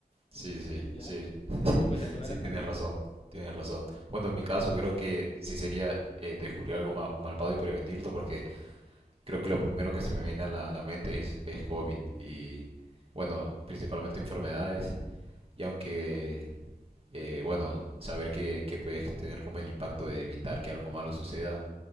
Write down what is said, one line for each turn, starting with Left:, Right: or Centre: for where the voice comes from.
Right: sí, sí,
Left: Y ya.
Right: sí,
Left: Y pues ayuda
Right: sí,
Left: a la
Right: tienes
Left: humanidad.
Right: razón, tienes razón. Bueno, en mi caso creo que sí sería eh, descubrir algo ma- malvado y prevenirlo porque creo que lo primero que se me viene a la, a la mente es, es COVID y, bueno, principalmente enfermedades y aunque eh, bueno, saber que, que puedes tener como el impacto de evitar que algo malo suceda